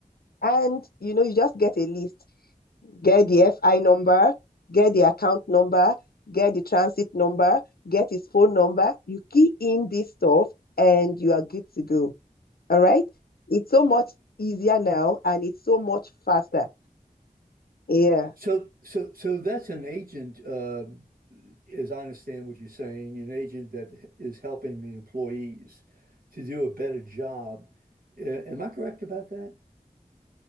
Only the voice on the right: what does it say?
So, so, so that's an agent, uh, as I understand what you're saying, an agent that is helping the employees to do a better job. Uh, am I correct about that?